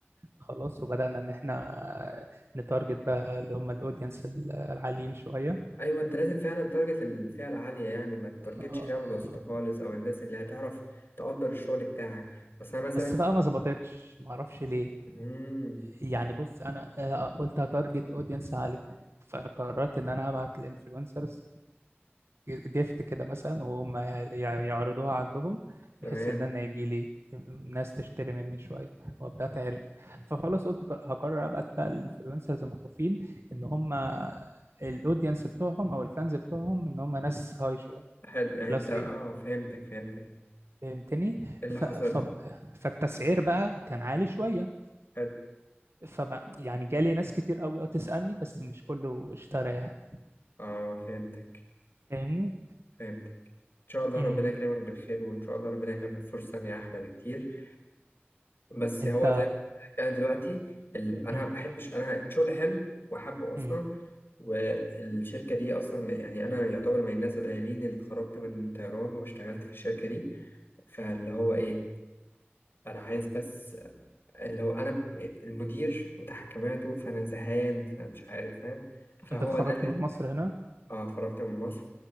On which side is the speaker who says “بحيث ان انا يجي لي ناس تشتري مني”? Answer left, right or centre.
Right